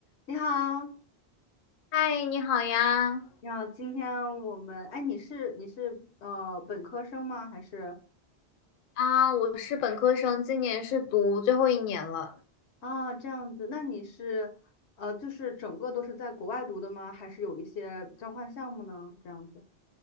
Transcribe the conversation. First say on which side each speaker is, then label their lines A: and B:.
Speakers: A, on the left; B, on the left.
A: 你好，
B: 嗨，你好呀！
A: 你好，今天我们，哎，你是你是呃本科生吗？还是
B: 啊，我是本科生，今年是读最后一年了。
A: 啊这样子？那你是呃就是整个都是在国外读的吗？还是有一些交换项目呢？这样子